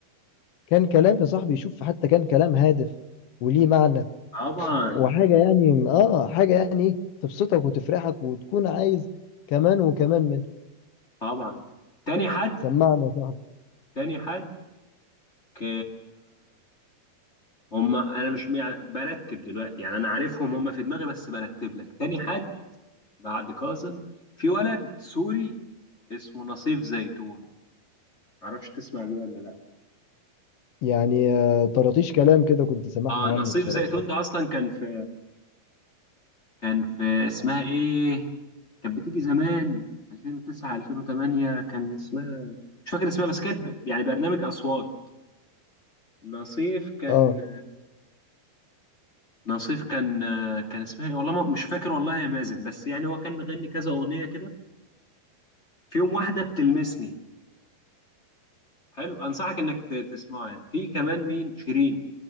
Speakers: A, on the left (about 65°); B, on the left (about 25°).
A: كان كلام يا صاحبي شوف حتى كان كلام هادف وليه معنى
B: طبعا
A: وحاجة يعني اه حاجة يعني ايه تبسطك وتفرحك وتكون عايز كمان وكمان منها
B: طبعا تاني حد
A: سمعنا يا صاحبي
B: تاني حد ك- هم انا مش مع- برتب دلوقتي يعني انا عارفهم هم في دماغي بس برتب لك تاني حد بعد كاظم في ولد سوري اسمه نصيف زيتون معرفش تسمع بيه ولا لا
A: يعني آه طراطيش كلام كده كنت سامعها
B: اه نصيف
A: عنه بصراحة
B: زيتون ده اصلا كان في كان في اسمها ايه كانت بتيجي زمان 2009 2008 كان اسمها مش فاكر اسمها بس كانت ب- يعني برنامج اصوات نصيف كان
A: اه
B: نصيف كان كان اسمها ايه والله ما مش فاكر والله يا مازن بس يعني هو كان مغني كذا اغنيه كده في يوم واحده بتلمسني حلو انصحك انك ت- تسمعه يعني في كمان مين شيرين